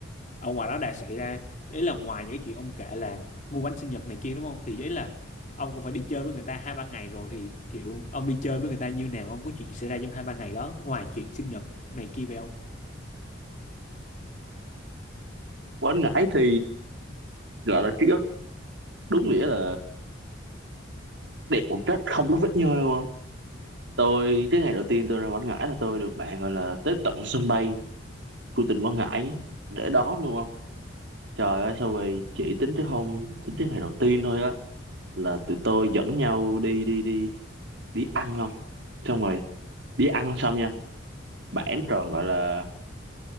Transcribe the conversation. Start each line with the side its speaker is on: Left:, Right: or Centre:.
Left: ở ngoài đó đã xảy ra ý là ngoài những cái chuyện ông kể là mua bánh sinh nhật này kia đúng không thì ý là ông cũng phải đi chơi với người ta hai ba ngày rồi thì kiểu ông đi chơi với người ta như nào ông có chuyện gì xảy ra trong hai ba ngày đó ngoài chuyện sinh nhật này kia về ông
Right: quên ngãi thì gọi là ký ức đúng nghĩa là đẹp một cách không có vết nhơ đúng không tôi cái ngày đầu tiên tôi ra Quảng Ngãi là tôi được bạn gọi là tới tận sân bay của tỉnh Quảng Ngãi để đón luôn không trời ơi sao vậy chỉ tính tới hôm tính tới ngày đầu tiên thôi á là tụi tôi dẫn nhau đi đi đi đi ăn không xong rồi đi ăn xong nha bản tròn gọi là